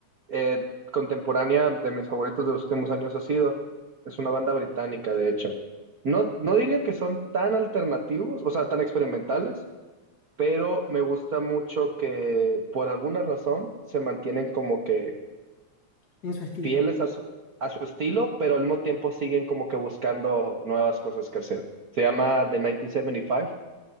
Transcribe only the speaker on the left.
En su estilo.